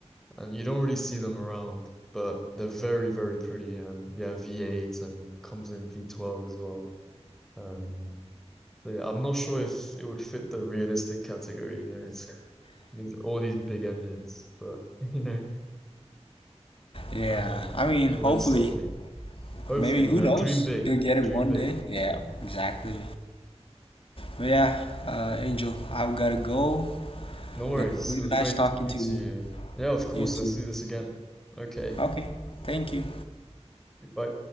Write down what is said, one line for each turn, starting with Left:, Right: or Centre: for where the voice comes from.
Centre: and you don't really see them around, but they're very, very pretty and yeah, V8 and comes in V12 as well. Um so yeah, I'm not sure if it would fit the realistic category, you know, it's these all these big engines, but <laughs> you know,
Left: Yeah,
Centre: um
Left: I mean,
Centre: wouldn't
Left: hopefully,
Centre: stop me. Hopefully,
Left: maybe who
Centre: you know,
Left: knows?
Centre: dream big,
Left: You'll get it
Centre: dream
Left: one
Centre: big.
Left: day. Yeah, exactly. But yeah, uh, Angel, I've gotta go.
Centre: No worries.
Left: But really
Centre: It was
Left: nice
Centre: great
Left: talking
Centre: talking
Left: to you.
Centre: to you. Yeah, of course.
Left: You too.
Centre: Let's do this again. Okay.
Left: Okay. Thank you.
Centre: Bye.